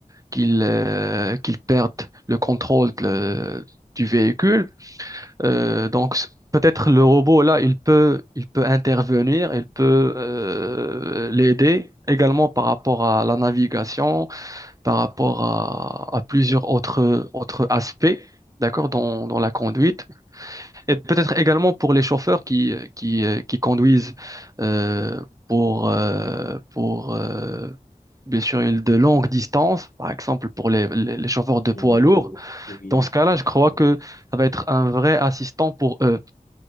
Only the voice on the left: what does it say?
Mm.
Oui,
c'est
vrai.